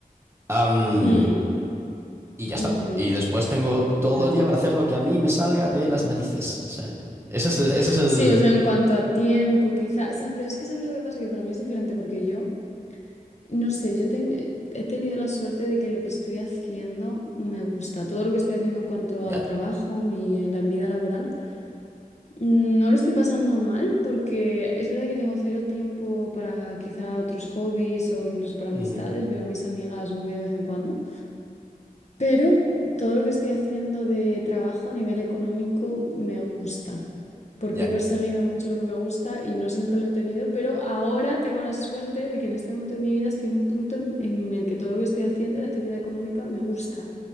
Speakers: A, on the right (about 15°); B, on the left (about 50°).
A: Am,
B: <laughs> mm,
A: y ya
B: ujú.
A: está. Y después tengo todo
B: Ya.
A: el día para hacer lo que a mí me salga de las narices. O sea, ese es el, ese es el...
B: Sí, o sea, en cuanto a tiempo, quizá, o sea, pero es que sabes lo que pasa, que para mí es diferente porque yo, no sé, yo ten- eh, he tenido la suerte de que lo que estoy haciendo me gusta, todo lo que estoy haciendo en cuanto
A: Ya.
B: a trabajo, mi, la vida laboral. No lo estoy pasando mal porque es verdad que tengo cero tiempo para quizá otros hobbies o incluso para amistades.
A: Ujú,
B: Veo a mis amigas muy de vez en cuando, pero todo lo que estoy haciendo de trabajo a nivel económico me gusta porque
A: Ya.
B: he perseguido mucho lo que me gusta y no siempre lo he tenido, pero ahora tengo la suerte de que en este momento de mi vida estoy en un punto en, en el que todo lo que estoy haciendo de actividad económica me gusta.